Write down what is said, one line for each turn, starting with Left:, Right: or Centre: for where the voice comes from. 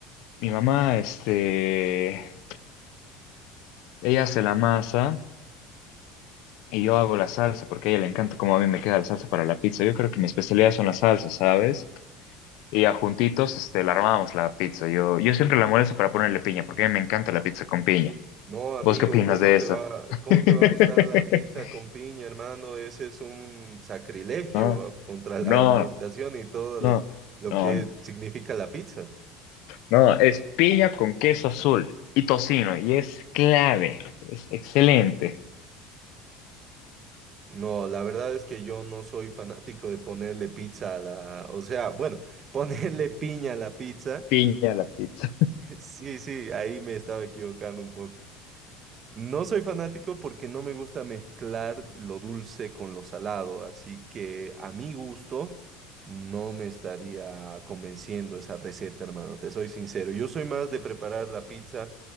Left: Mi mamá, este, ella hace la masa y yo hago la salsa porque a ella le encanta cómo a mí me queda la salsa para la pizza. Yo creo que mi especialidad son las salsas, ¿sabes? Y ya juntitos, este, la armamos la pizza. Yo, yo siempre la molesto para ponerle piña porque a mí me encanta la pizza con piña.
Right: No, amigo,
Left: ¿Vos qué opinas
Right: ¿cómo
Left: de
Right: te
Left: eso?
Right: va,
Left: <laughs>
Right: cómo te va a gustar la pizza con piña, hermano? Ese es un sacrilegio
Left: No,
Right: contra
Left: no,
Right: la alimentación y todo
Left: no.
Right: lo lo
Left: No,
Right: que significa la pizza.
Left: No, es piña con queso azul y tocino, y es clave, es excelente.
Right: No, la verdad es que yo no soy fanático de ponerle pizza a la, o sea, bueno, <laughs> ponerle piña a la pizza.
Left: Piña
Right: <laughs>
Left: a la pizza.
Right: Sí, sí, ahí me estaba equivocando un poco. No soy fanático porque no me gusta mezclar lo dulce con lo salado, así que a mi gusto no me estaría convenciendo esa receta, hermano, te soy sincero. Yo soy más de preparar la pizza